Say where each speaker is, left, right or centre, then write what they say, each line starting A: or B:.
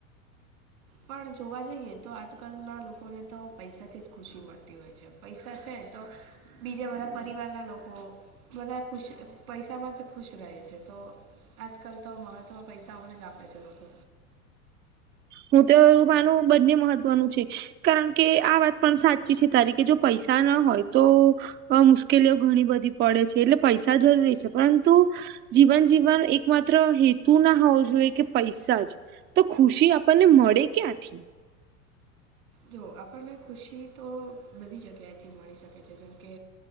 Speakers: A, on the right; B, on the right.
A: પણ જોવા જઈએ તો આજકાલના લોકોને તો પૈસાથી જ ખુશી મળતી હોય છે પૈસા છે. તો બીજા બધા પરિવાર ના લોકો બધા ખુશ પૈસામાં ખુશ રહે છે તો આજકાલ તો મહત્વ પૈસાઓને જ આપે છે. લોકો
B: હું તો એવું માનું બંને મહત્વનું છે. કારણ કે આ વાત પણ સાચી છે, તારી કે જો પૈસા ના હોય તો અ મુશ્કેલીઓ ઘણી બધી પડે છે, એટલે પૈસા જરૂરી છે પરંતુ જીવન જીવવા એક માત્ર હેતુ ના હોવો જોઈએ કે પૈસા જ તો ખુશી આપ ને મળે ક્યાંથી
A: જો આપણને ખુશી તો બધી જગ્યાએથી મળી શકે છે, જેમકે